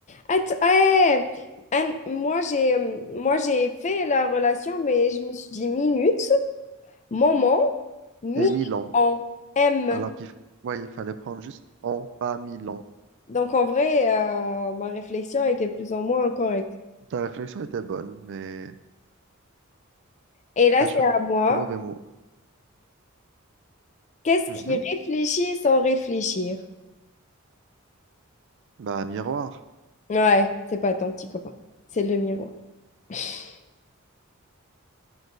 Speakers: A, on the left (about 35°); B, on the right (about 60°).
A: Att- ouais. Un- moi j'ai euh, moi j'ai fait la relation, mais je me suis dit minute, moment, mi
B: et 1000 ans.
A: en M.
B: Alors qu'il f- ouais, il fallait prendre juste en, pas 1000 ans.
A: Donc, en vrai, euh, ma réflexion était plus ou moins correcte.
B: Ta réflexion était bonne, mais
A: Et là,
B: t'as
A: c'est
B: choisi
A: à moi.
B: le mauvais mot.
A: Qu'est-ce
B: Mhm.
A: qui réfléchit sans réfléchir?
B: Bah, miroir.
A: Ouais, c'est pas ton petit copain, c'est le miroir. <laughs>